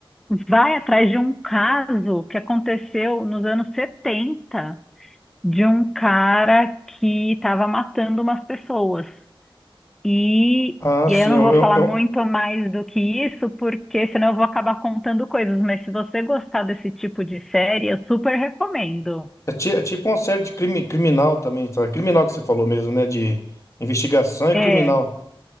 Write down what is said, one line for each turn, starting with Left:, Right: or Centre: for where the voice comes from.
Centre: vai atrás de um caso que aconteceu nos anos 70 de um cara que estava matando umas pessoas. E,
Left: Ah,
Centre: e
Left: sim.
Centre: aí eu não
Left: Eu,
Centre: vou
Left: eu-
Centre: falar
Left: eu-
Centre: muito mais do que isso, porque senão eu vou acabar contando coisas. Mas se você gostar desse tipo de série, eu super recomendo.
Left: é ti- é tipo uma série de crime, criminal também, tá? Criminal que você falou mesmo, né? De investigação e
Centre: É,
Left: criminal.